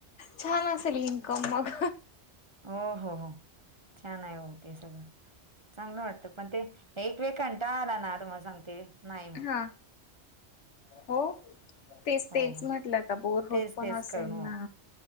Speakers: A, on the left; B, on the right.
A: छान असेल इन्कम मग.
B: हो हो हो छान आहे ओ ते सगळं. चांगलं वाटतं पण ते एक वेळ कंटाळा आला ना तुम्हाला सांगते नाही म
A: हा हो तेच
B: हो
A: तेच
B: हो
A: म्हटलं का बोर होत
B: तेच
A: पण
B: तेच
A: असेल
B: करून हो
A: ना?